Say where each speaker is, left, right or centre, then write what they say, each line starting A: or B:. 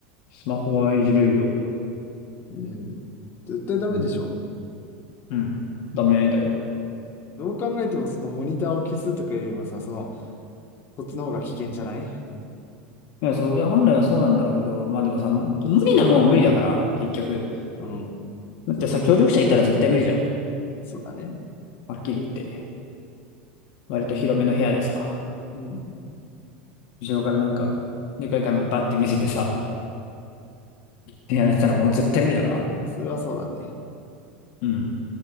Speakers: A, on the left; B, on the left.
A: スマホはいじれるよ。
B: うん。絶対ダメでしょ。
A: うん。うん。ダメだよ。
B: どう考えてもそのモニターを消すとかよりもさ、その、そっちの方が危険じゃない
A: いや、そう、いや、本来はそうなんだろうけど、まあでもさ、無理なもんは無理だから、
B: うん。
A: 結局。
B: うん
A: だってさ、協力者いたら絶対無理じゃん。
B: そうだね。
A: はっきり言って。割と広めの部屋でさ、
B: うん。
A: 後ろからなんか、でかい紙バッて見せてさ、やられたらもう絶対無理だから。
B: まあ、それはそうだね。
A: うん。